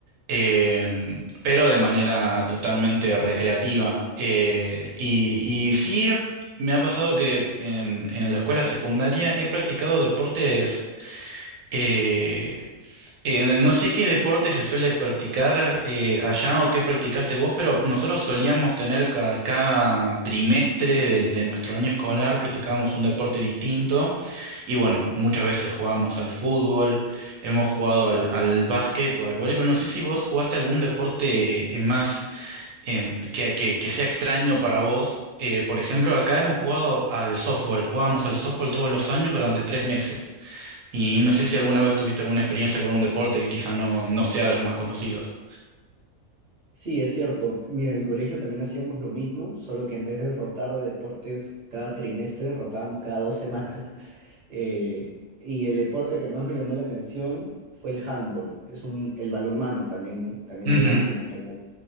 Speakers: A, on the right; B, on the right.
A: eh, pero de manera totalmente recreativa. Eh, y, y sí, me ha pasado que en, en la escuela secundaria he practicado deportes. eh, Eh, no sé qué deporte se suele practicar eh, allá o qué practicaste vos, pero nosotros solíamos tener cada, cada trimestre del- de, nuestro año escolar, practicábamos un deporte distinto y bueno, muchas veces jugábamos al fútbol, hemos jugado al, al básquet o al vóley, pero no sé si vos jugaste algún deporte eh, más em, que, que- que sea extraño para vos. Eh, por ejemplo, acá hemos jugado al softball, jugábamos al softball todos los años durante tres meses. Y, no sé si alguna vez tuviste alguna experiencia con un deporte que quizá no, no sea de los más conocidos.
B: Sí, es cierto. Mira, en mi colegio también hacíamos lo mismo, solo que en vez de rotar de deportes cada trimestre, rotábamos cada dos semanas. <laughs> Eh, y el deporte que más me llamó la atención fue el handball. Es un, el balonmano también, también
A: Ujú.
B: lo llaman en español.